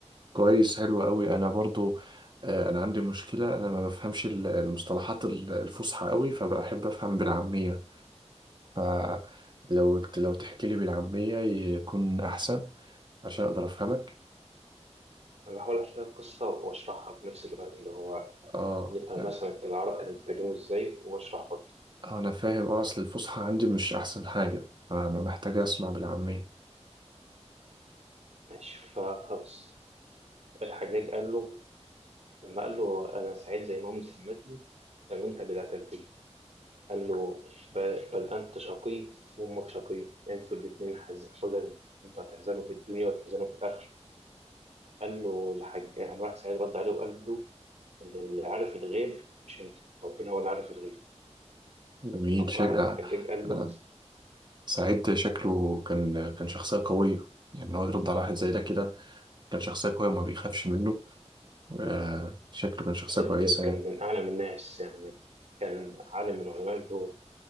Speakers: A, on the right; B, on the right.
A: كويس حلو قوي انا برضو آه، انا عندي مشكلة انا ما بفهمش ال- المصطلحات ال- الفصحى قوي فبحب افهم بالعامية فلو لو تحكي لي بالعامية يكون احسن عشان اقدر افهمك
B: أنا بحاول أحكي القصة وأشرحها في نفس الوقت اللي هو
A: اه
B: نفهم
A: آه،
B: مثلا العرب كانوا بيتكلموا إزاي وأشرح برضه
A: انا فاهم اه اصل الفصحى
B: آه،
A: عندي مش احسن حاجة فانا محتاج اسمع بالعامية
B: ماشي فخلاص الحجاج قال له لما قال له أنا سعيد زي ما أمي سمتني لو أنت اللي قتلتني قال له ب- بل أنت شقي وأمك شقي أنتوا الاتنين حز- حزن أنتوا هتحزنوا في الدنيا وتحزنوا في الآخرة قال له الحاج قام راح سعيد رد عليه وقال له إن اللي عارف الغيب مش أنت ربنا هو اللي عارف الغيب
A: جميل
B: قام
A: شكل
B: راح الحجاج قال
A: انا
B: له
A: سعيد شكله كان كان شخصية قوية يعني إن هو يرد على واحد زي ده كده كان شخصية قوية وما بيخافش منه آه، شكله كان شخصية
B: سعيد
A: كويسة
B: كان
A: يعني
B: من أعلم الناس يعني كان عالم من علماء اللغة